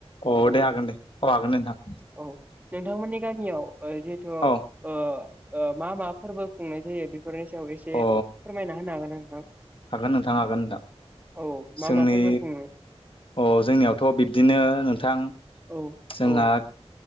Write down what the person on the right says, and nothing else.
औ नोंथांमोननि गामियाव ओ जिहेथु ओ
ओ मा मा फोरबो खुंनाय जायो बे फोरनि सायाव एसे
फोरमायना होनो हागोन ना नोंथां?
औ
मा मा फोरबो खुङो
औ
औऔ